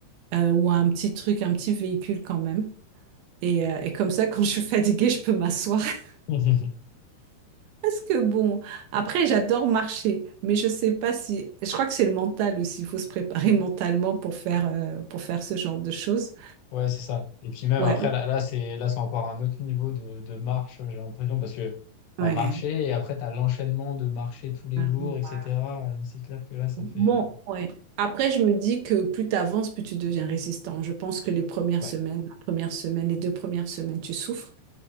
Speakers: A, on the right; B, on the left.
A: euh, ou un petit truc, un petit véhicule quand même. Et, euh, et comme ça, quand je suis fatiguée, je peux m'asseoir. <laughs>
B: <laughs>
A: Parce que bon, après, j'adore marcher, mais je sais pas si. Je crois que c'est le mental aussi. Il faut se préparer <laughs> mentalement pour faire, euh, pour faire ce genre de choses.
B: Ouais, c'est ça. Et puis même
A: Ouais,
B: après, là, là c'est là, c'est encore un autre niveau de, de marche, j'ai l'impression, parce que t'as
A: ouais.
B: marché et après t'as l'enchaînement de marcher tous les
A: Ah,
B: jours,
A: ouais.
B: etc. Euh, C'est clair que là, ça
A: Bon,
B: fait. euh,
A: ouais. Après, je me dis que plus tu avances, plus tu deviens résistant. Je pense que les premières
B: Ouais.
A: semaines, la première semaine, les deux premières semaines, tu souffres.